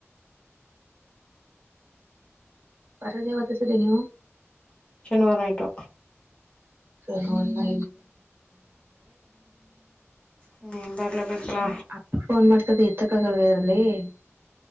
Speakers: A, on the right; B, on the left.
A: ಬರದ್ಯಾವತ್ತಾ ಸರಿ ನೀವು
B: ಶನಿವಾರ ನೈಟು
A: <unintelligible>
B: ಹ್ಮ್ ಬರ್ಲೇಬೇಕಲ್ಲ
A: ಅಪ್ಪ ಫೋನ್ ಮಾಡ್ತದ ಎತ್ತಕಾಗಲ್ವ ಇದರ್ಲಿ <unintelligible>